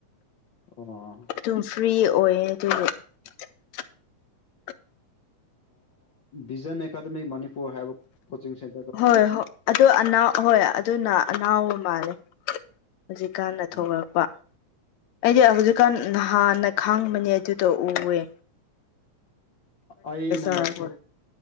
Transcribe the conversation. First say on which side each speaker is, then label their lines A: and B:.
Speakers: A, on the left; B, on the left.
A: ꯑꯣ
B: ꯑꯗꯨꯝ ꯐ꯭ꯔꯤ ꯑꯣꯏꯌꯦ ꯑꯗꯨꯒ <inaudible>
A: ꯕꯤꯖꯟ ꯑꯦꯀꯥꯗꯃꯤ ꯃꯅꯤꯄꯨꯔ ꯍꯥꯏꯕ ꯀꯣꯆꯤꯡ ꯁꯦꯟ
B: ꯍꯣꯏ ꯍꯣꯏ ꯑꯗꯨ ꯑꯅꯥ ꯑꯍꯣꯏ ꯑꯗꯨꯅ ꯑꯅꯥꯎꯕ ꯃꯥꯜꯂꯦ ꯍꯧꯖꯤꯛꯀꯥꯟꯅ ꯊꯣꯛꯔꯛꯄ
A: ꯑꯣ
B: ꯑꯩꯗꯤ ꯍꯧꯖꯤꯛꯀꯥꯟ ꯅꯍꯥ ꯅꯍꯥꯟꯅ ꯈꯪꯕꯅꯦ ꯑꯗꯨꯗꯣ ꯎꯔꯦ
A: ꯑꯩꯅ
B: ꯇꯧꯔꯛꯄ
A: ꯌꯥꯎꯕꯗꯣ